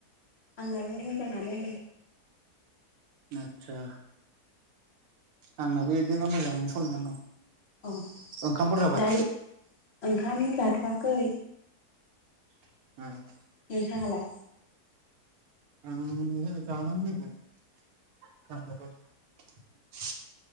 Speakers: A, on the left; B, on the right.
A: आंनाबो मोजाङानो
B: आतसा आंनाबो बिदिनो मोजाङैनो सलिनानै दं।
A: औ
B: ओंखामफोर जाबाय
A: दा ओंखाम जाथ' बागै
B: <unintelligible>
A: नोंथांङालाय
B: <unintelligible>